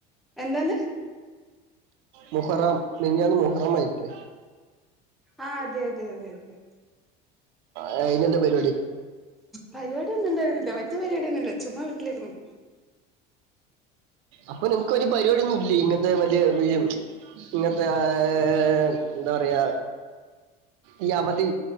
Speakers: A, in the centre; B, on the right.
A: എന്താന്ന്?
B: മുഹറം മിൻഞ്ഞാന്ന് മുഹറം ആയിരുന്ന്
A: ആഹ് അതെ അതെ അതെ അതെ
B: ആഹ് അയിനെന്താ <unintelligible>
A: പരിപാടിയൊന്നും ഇണ്ടായിരുന്നില്ല വല്യ പരിപാടിയൊന്നുല്ല ചുമ്മാ വീട്ടിലിരുന്നു.
B: അപ്പൊ നിനക്ക് ഒരു പരിപടിയൊന്നും ഇല്ലേ ഇങ്ങനത്തെ വലിയ <unintelligible> ഇങ്ങനത്തെ ആഹ് എന്താ പറയാ ഈ അവധി